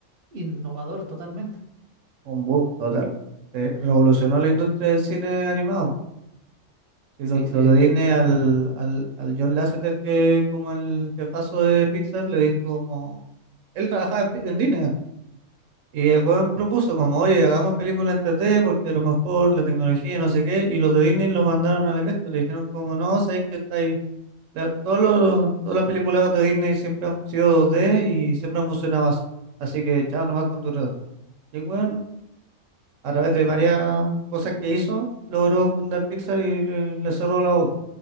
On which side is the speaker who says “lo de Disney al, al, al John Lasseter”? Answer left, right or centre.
Right